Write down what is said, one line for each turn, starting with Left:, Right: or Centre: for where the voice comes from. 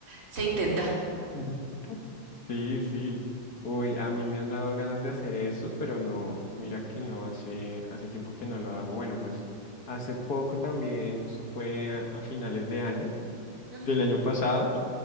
Right: se intenta.
Left: <laughs> Sí, sí. Uy, a mí me han dado ganas de hacer eso, pero no, mira que no, hace, hace tiempo que no lo hago. Bueno, pues hace poco también, eso fue a, a finales de año,
Right: Ujú.
Left: del año pasado.